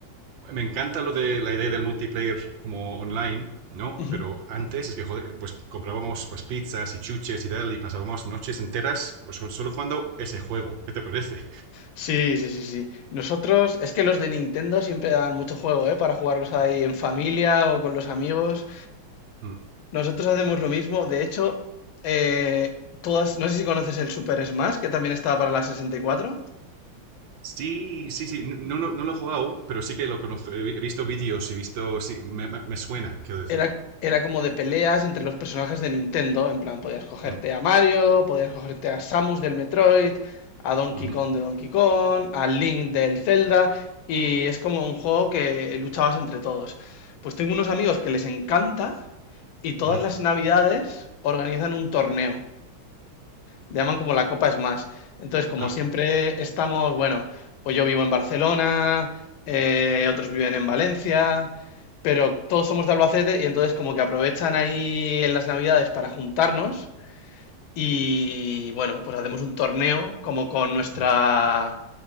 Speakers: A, on the right (about 70°); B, on the left (about 75°).
A: me encanta lo de la idea del multiplayer como online, ¿no?
B: ujú.
A: Pero antes es que, joder, pues comprábamos pues pizzas y chuches y tal y pasábamos noches enteras pues solo jugando ese juego. ¿Qué te parece?
B: Sí, sí, sí, sí. Nosotros, es que los de Nintendo siempre dan mucho juego, ¿eh? Para jugarlos ahí en familia o con los amigos.
A: Mm.
B: Nosotros hacemos lo mismo. De hecho, eh, todas, no sé si conoces el Super Smash, que también estaba para la sesenta y cuatro
A: Sí, sí, sí. No, no, no lo he jugado, aún, pero sí que lo conozco. He he visto vídeos, he visto. Sí, me, me- me suena, quiero decir.
B: Era, era como de peleas entre los personajes de Nintendo. En plan, podías cogerte
A: Mm,
B: a Mario, podías cogerte a Samus del Metroid, a Donkey
A: ujú,
B: Kong de Donkey Kong, a Link del Zelda. Y es como un juego que luchabas entre todos. Pues tengo unos amigos que les encanta y todas
A: mm,
B: las navidades organizan un torneo. Le llaman como la Copa Smash. Entonces, como
A: ah,
B: siempre estamos, bueno, o yo vivo en Barcelona, eh, otros viven en Valencia, pero todos somos de Albacete y entonces como que aprovechan ahí en las Navidades para juntarnos y bueno, pues hacemos un torneo como con nuestra
A: mm,